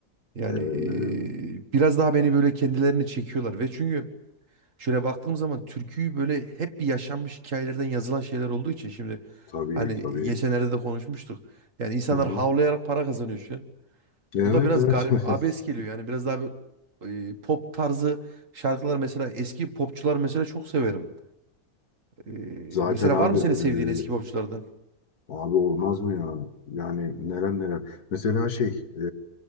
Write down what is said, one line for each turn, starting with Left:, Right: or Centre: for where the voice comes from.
Right: yani
Left: Eee,
Right: eee, biraz daha beni böyle kendilerini çekiyorlar ve çünkü şöyle baktığım zaman türküyü böyle hep bir yaşanmış hikayelerden yazılan şeyler olduğu için şimdi
Left: tabii
Right: hani
Left: tabii.
Right: geçenlerde de konuşmuştuk. Yani insanlar
Left: Hı hı.
Right: havlayarak para kazanıyor şu an.
Left: Evet
Right: Bu da biraz
Left: evet
Right: garip,
Left: <laughs> evet.
Right: abes geliyor yani biraz daha bir eee, pop tarzı şarkılar mesela eski popçular mesela çok severim. Eee,
Left: Zaten
Right: mesela
Left: abi
Right: var mı senin
Left: e,
Right: sevdiğin eski popçulardan?
Left: abi olmaz mı ya? Yani neler neler. Mesela şey e,